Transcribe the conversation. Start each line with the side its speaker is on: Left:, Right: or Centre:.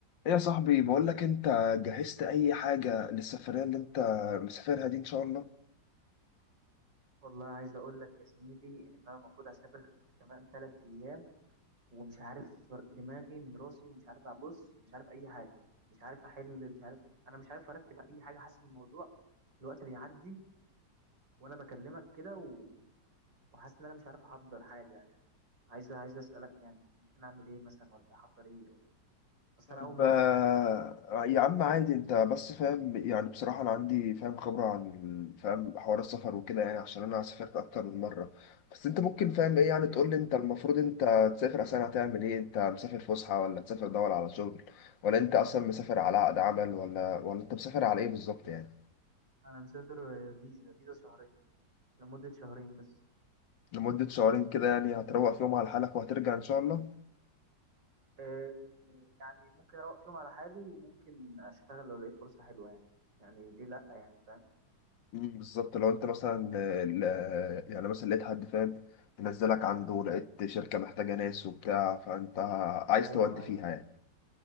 Left: إيه يا صاحبي بقول لك انت جهزت اي حاجة للسفرية اللي انت مسافرها دي ان شاء الله
Right: والله عايز اقول لك يا زميلي ان انا المفروض هسافر كمان ثلاث ايام ومش عارف دماغي من راسي ومش عارف ابص مش عارف اي حاجه مش عارف احل مش عارف انا مش عارف ارتب اي حاجه حاسس إن الموضوع الوقت بيعدي وانا بكلمك كده و... وحاسس ان انا مش عارف احضر حاجه يعني عايز عايز اسالك يعني ممكن اعمل ايه مثلا ولا احضر ايه ولا بس
Left: طيب
Right: انا اول مره
Left: آه،
Right: فاهم
Left: يا عم عادي انت بس فاهم يعني بصراحة انا عندي فاهم خبرة عن فاهم حوار السفر وكده يعني عشان انا سافرت اكتر من مرة بس انت ممكن فاهم ايه يعني
Right: جامد
Left: تقول لي انت المفروض انت تسافر اصلا هتعمل ايه انت مسافر فسحة ولا تسافر دور على شغل ولا انت اصلا مسافر على عقد عمل ولا ولا انت مسافر على ايه بالظبط يعني
Right: انا مسافر فيزا فيزا شهرين لمده شهرين بس
Left: لمدة شهرين كده يعني هتروق فيهم على حالك وهترجع ان شاء الله
Right: آه، يعني ممكن اروق فيهم على حالي وممكن اشتغل لو لقيت فرصة حلوة يعني يعني ليه لا يعني فاهم
Left: مم، بالظبط لو انت مثلا آه، ل- يعني مثلا لقيت حد فاهم منزلك عنده ولقيت شركة محتاجة ناس وبتاع فانت عايز
Right: ايوه
Left: تودي
Right: ايوه
Left: فيها يعني